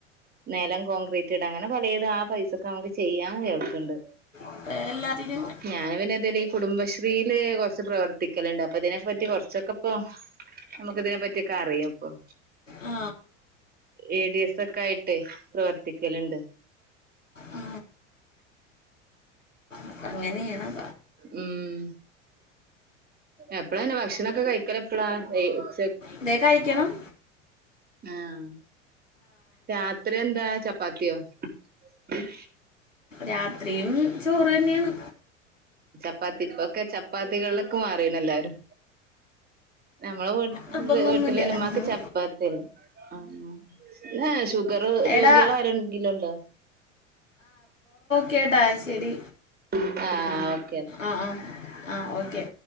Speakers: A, on the right (about 25°); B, on the left (about 85°).
A: നെലം കോൺക്രീറ്റ്ടാ അങ്ങനെ പലേതാ ആ പൈസക്ക് നമുക്ക് ചെയ്യാ കേൾക്ക്ണ്ട്
B: ഇപ്പൊ എല്ലാത്തിനും
A: ഞാന് പിന്നെന്തെല് ഈ കുടുംബ ഏ കൊറച്ച് പ്രവർത്തിക്കലുണ്ട് അപ്പൊ ഇതിനെപ്പറ്റി കൊറച്ചൊക്കെ പ്പോം നമുക്ക് ഇതിനെ പറ്റിക്കെ അറിയാ പ്പോം
B: ആ
A: എ ഡി എസ് ഒക്കെ ആയിട്ടെ പ്രവർത്തിക്കല്ണ്ട്
B: ആ. അപ്പ അങ്ങനെയ്യണം
A: ഉം എപ്പഴാ ഇന്നെ ഭക്ഷണൊക്കെ കഴിക്കലെപ്പഴാ ഏ ഉച്ച
B: ഇതേക്കഴിക്കണം
A: ആഹ് രാത്രി എന്താ ചപ്പ് പാത്തിയോ ഉം
B: രാത്രിയും ചോറ് തന്നെയാണ്
A: പ്പാത്തി പ്പൊക്കെ ചപ്പാത്തികൾലൊക്കെ മാറീണെല്ലാരും നമ്മളെ വീട്ട
B: നിർബന്ധമൊന്നുമില്ല
A: വീട്ടിലയ്ന് മ്മാക്ക്
B: ഉം.
A: ചപ്പാത്തില്ലേ ആം പിന്നെ ഷുഗർ രോഗികളാരെങ്കിലുംണ്ടോ
B: എടാ കേട്ടാ ശരി
A: ആ ഓ
B: അ ആ ആ ഓക്കെ